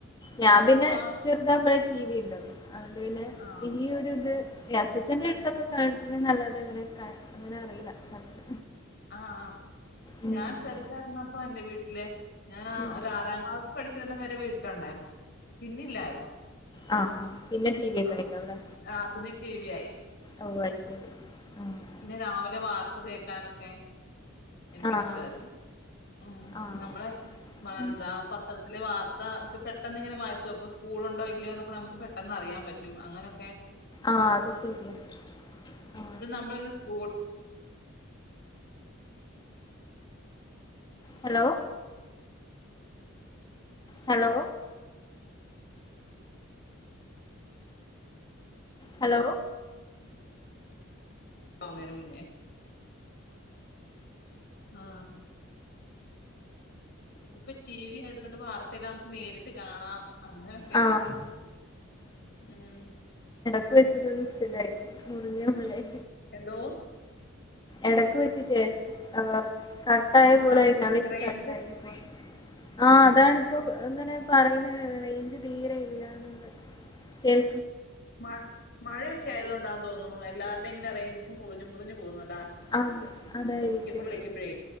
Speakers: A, on the left; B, on the left.
A: ഞാൻ പിന്നെ
B: ഇപ്പ
A: ചെറുതായപ്പോഴേ ടി വി ണ്ടല്ലോ അഓണ്ട് പിന്നെ
B: ആ
A: ഇനി ഒരു ഇത് ഇ അച്ചച്ചന്റെ അടുത്തൊക്കെ കേട്ട്ണ് ന്നല്ലാതെ അങ്ങനെ അറിയില്ല കറക്
B: ആ ആ
A: ഉം
B: ഞാൻ ചെറുതായിരുന്നപ്പൊ എന്റെ വീട്ടില് ഞാൻ
A: ഉം
B: ഒരു ആറാം ക്ലാസ് പഠിക്കുന്ന വരെ വീട്ടിലുണ്ടായിരുന്നു പിന്നില്ലായിരുന്നു
A: ആ ആ പിന്നെ ടി വി ഒക്കെ
B: ആ
A: ആയിണ്ടാവുലെ
B: ആ, പിന്നെ ടി വി ആയി
A: ഓ അത് ശരി ആഹ്
B: പിന്നെ രാവിലെ വാർത്ത കേക്കാനൊക്കെ എനിക്കിഷ്ടയിരുന്നു
A: ആഹ്
B: ഉ
A: ആഹ്
B: നമ്മള്
A: ഉം
B: എന്താ പത്രത്തിലെ വാർത്ത ത്ത ഒക്കെ പെട്ടെന്നിങ്ങനെ വായിച്ചു നോകുമ്പോ അപ്പം സ്കൂൾ ഉണ്ടോ ഇല്ലയോ എന്നൊക്കെ നമുക്ക് പെട്ടെന്ന് അറിയാൻ പറ്റും അങ്ങനെയൊക്കെ
A: ആ അത് ശരിയ ആ
B: നമ്മങ് സ്കൂൾ
A: ഹലോ ഹലോ ഹലോ
B: പോന്നേന് മുന്നേ ആഹ് ഇപ്പൊ ടി വി ആയതുകൊണ്ട് വാർത്തയെല്ലാം നേരിട്ട് കാണാം അങ്ങനൊക്കെ
A: ആഹ്
B: ഉം
A: <unintelligible> മുറഞ്ഞ പോലായി
B: എന്തോ
A: എടക്ക് വെച്ചിട്ടേ ആഹ് കട്ടായ
B: ആ
A: പോലായി ഞാം വിചാര്ച്ച്
B: റേഞ്ച്
A: കട്ടായി <unintelligible> ആ അതാണിപ്പോ എങ്ങനെ പറിണെ റെയ്ഞ്ച് തീരെ ഇല്ല <inaudible> കേൾ
B: മ മഴയൊക്കെ ആയതൊണ്ടാന്ന് തോന്ന്ണു എല്ലാവര്ടെം ങ്ങനെ റെയ്ഞ്ച് മുറിഞ്ഞ് മുറിഞ്ഞ് പോവുന്ന
A: അത് അതായിരിക്കും.
B: വിളിക്കുമ്പോഴേ